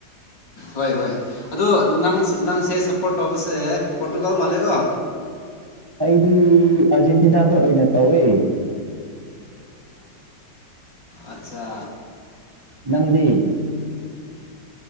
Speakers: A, on the left; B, on the right.
A: ꯍꯣꯏ ꯍꯣꯏ ꯑꯗꯣ ꯅꯪ ꯅꯪꯁꯦ ꯁꯞꯄꯣꯔꯠ ꯇꯧꯕꯁꯦ ꯄꯣꯔꯇꯨꯒꯜ ꯃꯥꯜꯂꯦꯀꯣ
B: ꯑꯩꯗꯤ ꯑꯥꯔꯖꯦꯟꯇꯤꯅꯥꯗ ꯑꯣꯏꯅ ꯇꯧꯋꯦ
A: ꯑꯠꯆꯥ
B: ꯅꯪꯗꯤ